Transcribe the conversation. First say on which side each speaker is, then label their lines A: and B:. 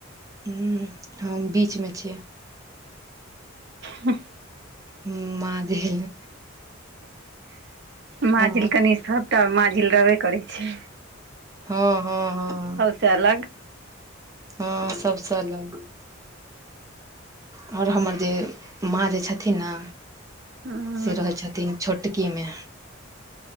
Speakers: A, on the right; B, on the right.
A: हूं हम बीच में छियै।
B: हुंह।
A: हूं माझील।
B: माझील
A: हँ
B: कनि सबटा मे माझील रहबे करै छै।
A: हँ हँ हँ
B: सबसँ अलग
A: हँ सबस अलग। और हमर जे माँ जे छथिन ने
B: हँ
A: से रहै छथिन छोटकीमे।